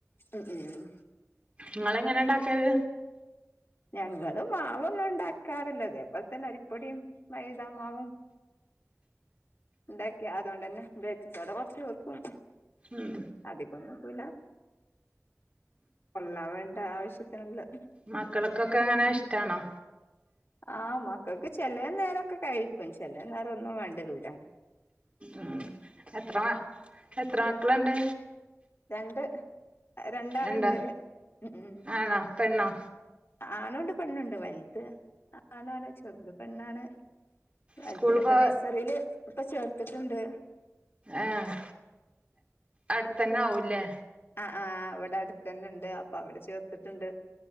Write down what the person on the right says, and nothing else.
ങ്ങളെങ്ങനെ ഇണ്ടാക്കല്
ഉം
മക്കൾക്കൊക്കെ അങ്ങനെ ഇഷ്ടാണോ
ഉം എത്ര എത്ര മക്കളുണ്ട്
രണ്ടോ
ആണോ പെണ്ണോ
സ്കൂൾ പോ
ആഹ് അട് ത്തന്നാവൂല്ലേ